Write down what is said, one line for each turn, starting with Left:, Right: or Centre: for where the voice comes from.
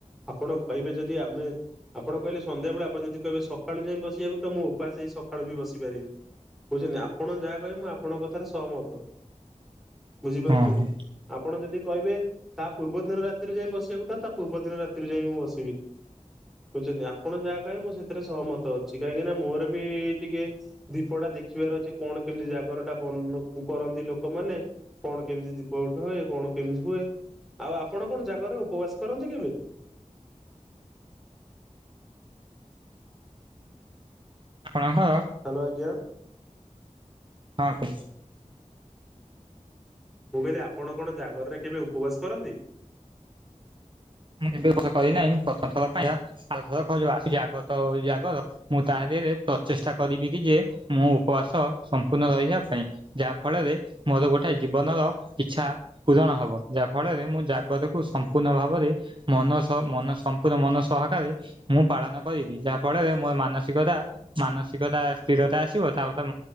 Centre: ଆପଣ କହିବେ ଯଦି ଆମେ ଆପଣ କହିଲେ ସନ୍ଧବେଳେ ଆପଣଦିହେ ସଳ ଯାଇ ବସିବାକୁ ତ ମୁଁ ଉପାସ ହେଇ ସକାଳୁ ବି ବସି ପାରିବି। କୋଉଚନ୍ତି ଆପଣ ଯାହା କହିବେ ମୁଁ ଆପଣଙ୍କ କଥାରେ ସହମତ। ବୁଝିପାରୁଛନ୍ତି
Right: ହଁ
Centre: ଆପଣ ଯଦି କହିବେ ତାହା ପୂର୍ବ ଦିନ ରାତିରୁ ଯାଇ ବସିବାକୁଥାତ ପୂର୍ବଦିନ ରାତିରୁ ଯାଇ ମୁଁ ବସିବି। ବୁଝଛନ୍ତି ଆପଣ ଯାହା କହେ ମୁଁ ସେଥିରେ ସହମତ ଅଛି କାହିଁକି ନା ମୋର ବି ଟିକେ ଦୀପ ଟା ଦେଖିବାର ଅଛି କଣ କେମିତି ଜାଗର ଟା ବନ୍ କରନ୍ତି ଲୋକମାନେ। ଦିବ ଉଠ ହୁଏ କଣ କେମିତି ହୁଏ ଆଉ ଆପଣ କଣ ଜାଗାରେ ଉପବାସ କରନ୍ତି କେବେ?
Right: ଆପଣଙ୍କ
Centre: ହାଲୋ, ଆଜ୍ଞା।
Right: ହଁ।
Centre: ମୁଁ କଇଲି ଆପଣ କଣ ଜାଗରରେ କେବେ ଉପବାସ କରନ୍ତି?
Right: ହୁଁ ଏବେ କରିନାହିଁ ପ୍ରଥମଥର ପାଇଁ ଆଉ ଥର ଖ ଆ ଆଗତ ଆଗ ମୁଁ ତା ଦେହରେ ପ୍ରଚେଷ୍ଟା କରିବି କି ଯେ ମୋ ଉପବାସ ସମ୍ପୂର୍ଣ୍ଣ ରହିବା ପାଇଁ ଯାହା ଫଳରେ ମୋର ଗୋଟେ ଜୀବନର ଇଚ୍ଛା ପୂରଣ ହବ ଯାହା ଫଳରେ ମୁଁ ଜାଗତକୁ ସମ୍ପୂର୍ଣ୍ଣ ଭାବରେ ମନ ସହ ମନ ସମ୍ପୂର୍ଣ୍ଣ ମନ ସହକାରେ। ମୁଁ ପାଳନ କରିବି ଯାହା ଫଳରେ ମୋର ମାନସିକତା ମାନସିକତା ସ୍ଥିରତା ଆସିବ ତାରେ